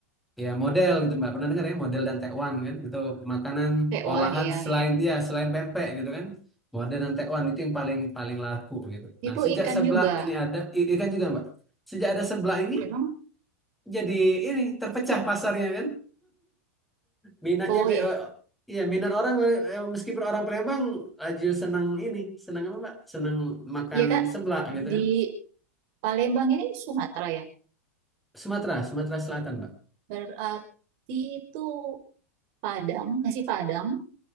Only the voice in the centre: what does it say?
ya model gitu Mbak. Pernah dengar ya model dan tekwan kan? Itu makanan
olahan
selain
dia selain pempek gitu kan. Model dan tekwan itu yang paling paling laku gitu. Nah,
sejak
sebelah
ini ada i- ikan juga Mbak. Sejak ada sebelah ini
jadi ini terpecah pasarnya kan minatnya
be
eh, iya minat orang eh, meskipun orang Palembang laju senang ini senang apa Mbak senang makan
seblak gitu
kan
Sumatera Sumatera Selatan Mbak